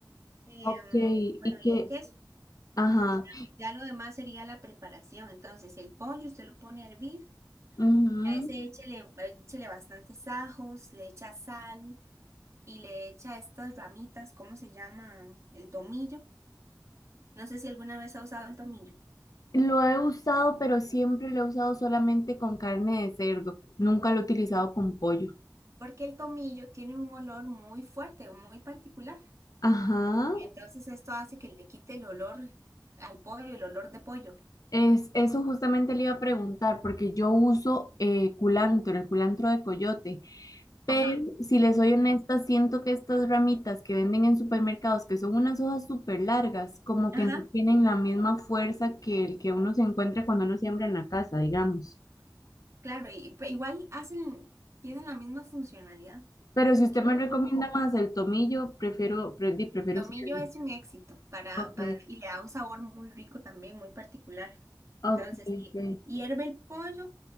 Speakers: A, on the right (about 40°); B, on the left (about 55°).
A: Em,
B: Ok. Y
A: bueno,
B: que,
A: y el queso.
B: ajá.
A: Ya, ya lo demás sería la preparación. Entonces, el pollo usted lo pone a hervir.
B: ujú.
A: A ese échele, échele bastantes ajos, le echa sal y le echa estas ramitas, ¿cómo se llaman? El tomillo. No sé si alguna vez ha usado el tomillo.
B: Lo he usado, pero siempre lo he usado solamente con carne de cerdo. Nunca lo he utilizado con pollo.
A: porque el tomillo tiene un olor muy fuerte, muy particular.
B: Ajá.
A: Y entonces esto hace que le quite el olor al pollo, el olor de pollo.
B: Es, eso justamente le iba a preguntar, porque yo uso eh, culantro, el culantro de coyote. Pero
A: Ajá.
B: si les soy honesta, siento que estas ramitas que venden en supermercados, que son unas hojas súper largas, como
A: Ajá.
B: que no tienen la misma fuerza que el que uno se encuentra cuando uno siembra en la casa, digamos.
A: Claro, y, pe- igual hacen, tienen la misma funcionalidad,
B: Pero si usted
A: que
B: me
A: es
B: recomienda
A: como
B: más el tomillo, prefiero, pre- di, prefiero
A: el tomillo
B: usarlo.
A: es un éxito para,
B: Ok,
A: para, y le da un sabor muy rico también, muy particular.
B: ok,
A: Entonces,
B: ok.
A: hi- hierve el pollo,